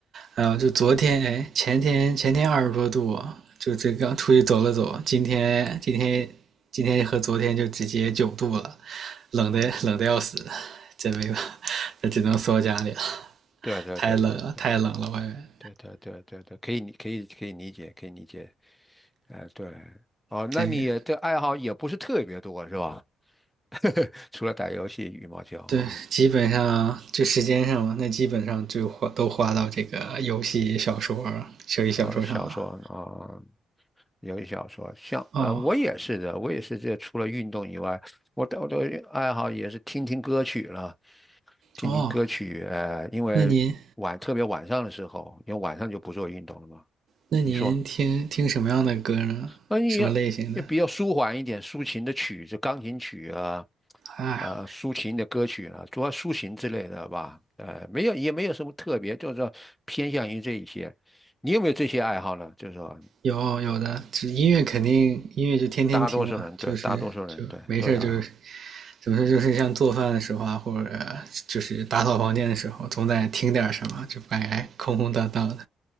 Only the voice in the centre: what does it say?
哦，
对对对对对，
对对对对对，可以理，可以可以理解，可以理解。哎，对，哦，那你的爱好也不是特别多是吧？
<laughs> 除了打游戏、羽毛球啊，
呃，小说啊，游戏小说，像呃，
我也是的，我也是这除了运动以外，我的我的爱好也是听听歌曲了，听听歌曲，
呃，因为晚特别晚上的时候，
因为晚上就不做运动了嘛。
你说？那你要要比较舒缓一点，
抒情的曲子，钢琴曲啊，
呃，抒情的歌曲啊，主要抒情之类的吧。呃，没有，也没有什么特别，就是说偏向于这一些。你有没有这些爱好呢？就是说，
大多数人对，
大多数人对都有爱好。